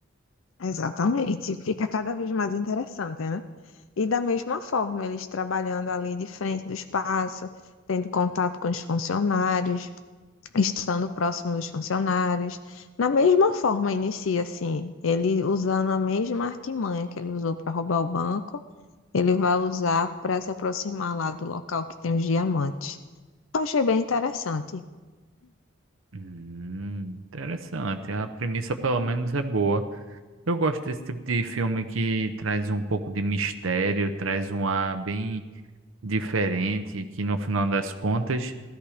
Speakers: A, on the left (about 80°); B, on the right (about 80°).
A: Exatamente. Fica cada vez mais interessante, né? E da mesma forma, eles trabalhando ali de frente do espaço, tendo contato com os funcionários, estando próximo dos funcionários. Na mesma forma, inicia assim, ele usando a mesma artimanha que ele usou para roubar o banco, ele vai usar para se aproximar lá do local que tem os diamantes. Eu achei bem interessante.
B: Hum, interessante. A premissa, pelo menos, é boa. Eu gosto desse tipo de filme que traz um pouco de mistério, traz um ar bem diferente, que no final das contas